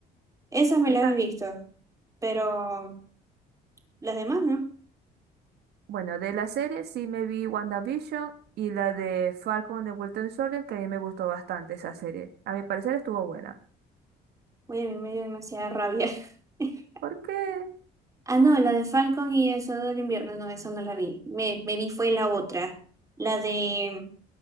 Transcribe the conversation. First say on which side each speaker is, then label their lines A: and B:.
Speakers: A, on the right (about 20°); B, on the right (about 75°).
A: esas me
B: Esa,
A: las he visto, pero las demás no.
B: bueno, de la serie sí me vi WandaVision y la de Falcon de Wilton Soldier, que a mí me gustó bastante esa serie. A mi parecer estuvo buena.
A: Oye, a mí me dio demasiada rabia. <laughs>
B: ¿Por qué?
A: Ah, no, la de Falcon y el Soldado del Invierno, no, esa no la vi. Me, me vi fue la otra, la de